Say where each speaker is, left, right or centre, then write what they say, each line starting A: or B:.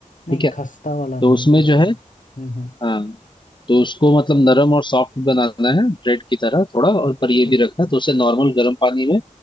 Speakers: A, on the left (about 70°); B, on the left (about 35°).
A: नहीं
B: ठीक है
A: खस्ता वाला
B: तो
A: नहीं
B: उसमें
A: वो एकदम
B: जो है
A: हम्म हम्म
B: हाँ तो उसको मतलब नरम और सॉफ्ट बनाना है ब्रेड की तरह थोड़ा और पर ये
A: एक
B: भी रखना है तो उसे नॉर्मल गर्म पानी में